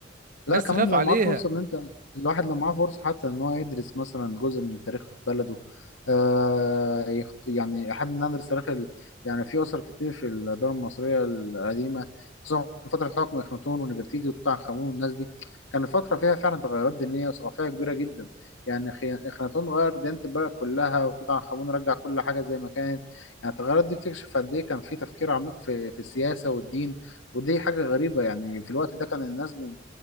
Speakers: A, on the left; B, on the right.
A: لا
B: الناس
A: كمان
B: تخاف
A: لو
B: عليها
A: معاك فرصة ان انت الواحد لو معاه فرصة حتى ان هو يدرس مثلا جزء من تاريخ بلده آه يخت... يعني احب ان أنا ادرس تاريخ ال... يعني في اسر كتير في الدولة المصرية القديمة خصوصا في فترة حكم اخناتون ونفرتيتي وتوت عنخ امون والناس دي كانت فترة فيها فعلا تغيرات دينية وثقافية كبيرة جدا يعني خي... اخناتون غير ديانة البلد كلها وتوت عنخ امون رجع كل حاجة زي ما كانت يعني التغيرات دي بتكشف قد ايه كان في تفكير عميق في في السياسة والدين ودي حاجة غريبة يعني في الوقت ده كان الناس